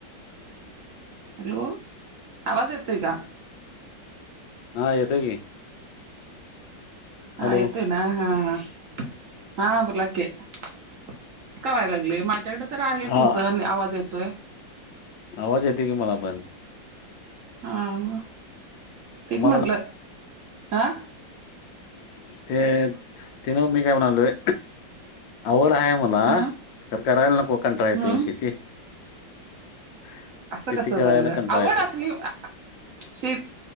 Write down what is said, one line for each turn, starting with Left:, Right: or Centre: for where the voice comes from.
Right: हॅलो आवाज येतो आहे का?
Left: हा येतो की. हॅलो
Right: हा येत ना हा ह हा बोला की असं का व्हाय लागलेय माझ्याकडे तर आहे
Left: हा
Right: तुमचा आवाज येतोय
Left: आवाज येते की मला पण
Right: हा म
Left: तुम्हाला
Right: तेच म्हंटलं हं
Left: ते ते नव्ह मी काय म्हणालोय आवड आहे मला
Right: अ
Left: खरं करायला नको कंटाळा
Right: हम्म
Left: येतोय शेती <inaudible>
Right: असं
Left: शेती
Right: कस
Left: करायला
Right: बरं
Left: कंटाळा
Right: आवड
Left: येतोय
Right: असली शेत